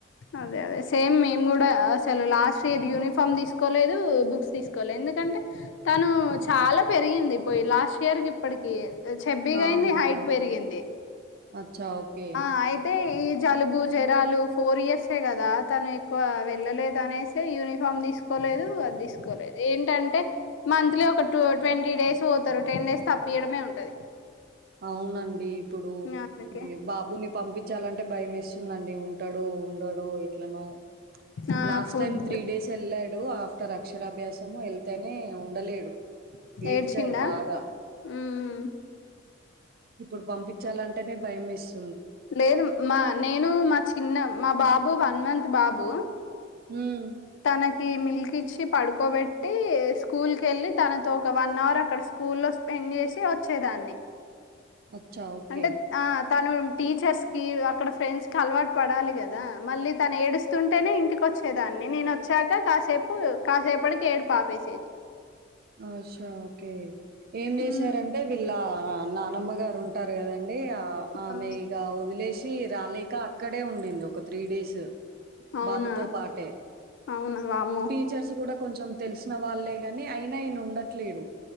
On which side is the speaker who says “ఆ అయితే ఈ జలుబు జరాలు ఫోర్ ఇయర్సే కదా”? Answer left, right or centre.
Left